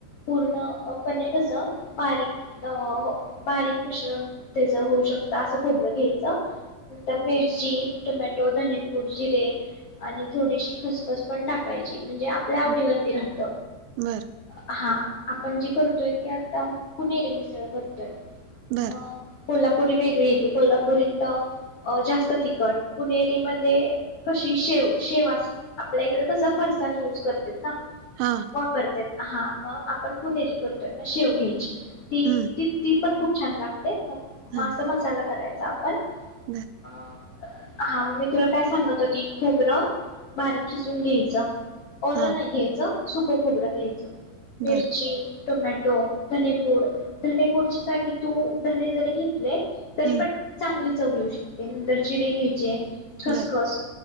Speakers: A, on the left (about 70°); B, on the right (about 85°).
A: पूर्ण अप- पनीर कसं बारीक. अ हो बारीक मिश्रण त्याच होऊ शकतं असं खोबरं घ्यायचं. नंतर मिरची. टोमॅटो धनेपूड जिरे आणि थोडीशी खसखस पण टाकायची. म्हणजे आपल्या आवडीवरती
B: हम्म.
A: राहत,
B: बर
A: हा. आपण जी करतोय ती आता पुणेरे मिसळ करतोय.
B: बर
A: मग कोल्हापुरी वेगळी ये कोल्हापूर इथ जास्त तिखट पुणेरीमध्ये कशी शेव, शेव असते आपल्या इकडे कसं, फरसाण युज्व करतेत ना.
B: हा
A: वापरतेत. हा मग आपण पुणेरी करतोय मग शेव घ्यायची. <unintelligible>
B: हम्म
A: पण खूप छान लागत ते मग मास
B: हा
A: मसाला करायचा <unintelligible> हा.
B: बर
A: हा मगं मी तुला काय सांगत होती, खोबरं बारीक खिसुन घ्यायचं., ओलं
B: हा
A: नाही घ्यायचं. सुक खोबर घ्यायच., मिर्ची.
B: बर
A: टोमॅटो धने पुड धने च्या जागी तू धने जरी घे ले तरी
B: हम्म
A: पण चांगली चव येऊ शकते. नंतर जिरे घ्यायचे खस
B: बर
A: खस